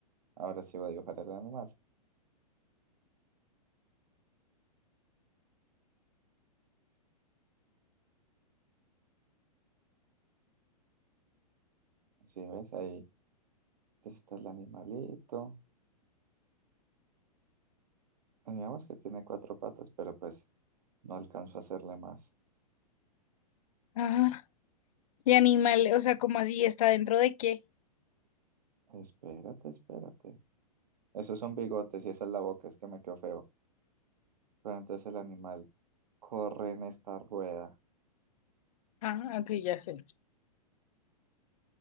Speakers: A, on the right; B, on the left.
A: Ahora sí voy a dibujar el animal. Sí, ¿ves? Ahí Entonces está el animalito. Digamos que tiene cuatro patas, pero pues no alcanzo a hacerle más.
B: Ah, y animal, o sea, como así? ¿Está dentro de qué?
A: Espérate, espérate. Esos son bigotes y esa es la boca, es que me quedó feo. Pero entonces el animal corre en esta rueda.
B: Ah, ok, ya sé.